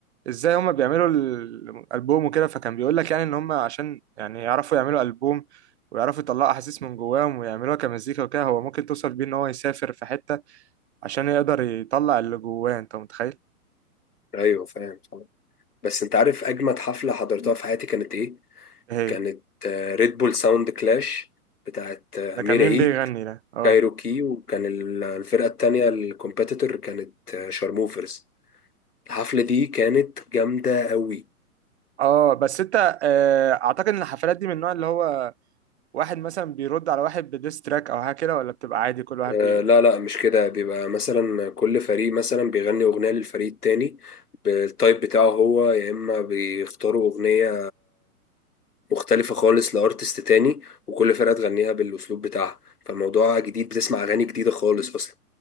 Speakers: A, on the right (about 45°); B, on the left (about 80°).
A: ازاي هما بيعملوا ال- الألبوم وكده فكان بيقول لك يعني ان هما عشان يعني يعرفوا يعملوا ألبوم ويعرفوا يطلعوا احاسيس من جواهم ويعملوها كمزيكا وكده هو ممكن توصل بيه ان هو يسافر في حتة عشان يقدر يطلع اللي جواه انت متخيل
B: أيوه فاهم طبعا بس أنت عارف أجمد حفلة حضرتها في حياتي كانت إيه؟
A: إيه
B: كانت
A: هي
B: ريد بول ساوند كلاش بتاعت آه،
A: ده
B: أمير
A: كان مين
B: عيد
A: بيغني ده اه
B: كايروكي وكان ال- الفرقة التانية الكومبيتيتور كانت آه، شارموفرز الحفلة دي كانت جامدة قوي
A: اه بس انت آه، اعتقد ان الحفلات دي من النوع اللي هو واحد مثلا بيرد على واحد بديس تراك او حاجه كده ولا بتبقى عادي كل واحد
B: آه،
A: بي...
B: لا لا مش كده بيبقى مثلا كل فريق مثلا بيغني أغنية للفريق التاني بالتايب بتاعه هو يا إما بيختاروا أغنية مختلفة خالص لأرتست تاني وكل فرقة تغنيها بالأسلوب بتاعها فالموضوع جديد بتسمع أغاني جديدة خالص أصلا